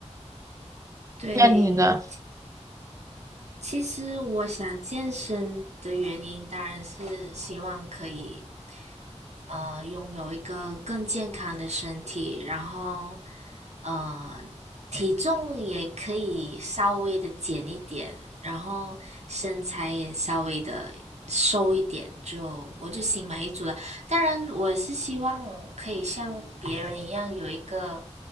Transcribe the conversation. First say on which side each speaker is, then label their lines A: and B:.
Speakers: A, on the right (about 65°); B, on the right (about 25°).
A: 对。
B: 那你呢？
A: 其实我想健身的原因，当然是希望可以呃拥有一个更健康的身体，然后呃体重也可以稍微的减一点，然后身材也稍微的瘦一点，就我就心满意足了。当然，我是希望可以像别人一样有一个